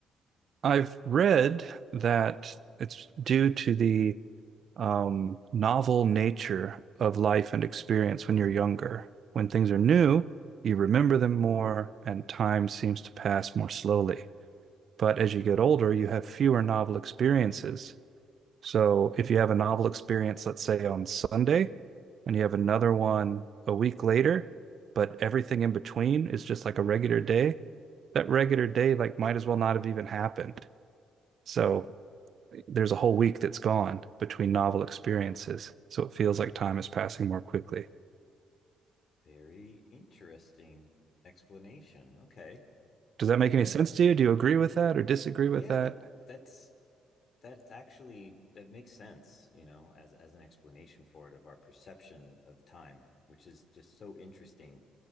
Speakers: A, on the right; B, on the left.
A: I've read that it's due to the um, novel nature of life and experience when you're younger. When things are new, you remember them more, and time seems to pass more slowly. But as you get older, you have fewer novel experiences. So if you have a novel experience, let's say on Sunday, and you have another one a week later, but everything in between is just like a regular day, that regular day like might as well not have even happened. So there's a whole week that's gone between novel experiences. So it feels like time is passing more quickly.
B: Very interesting explanation. Okay,
A: Does that make
B: okay,
A: any sense to you? Do you agree with that or disagree
B: yeah
A: with that?
B: that that's that's actually that makes sense. You know, as as an explanation for it of our perception of time, which is just so interesting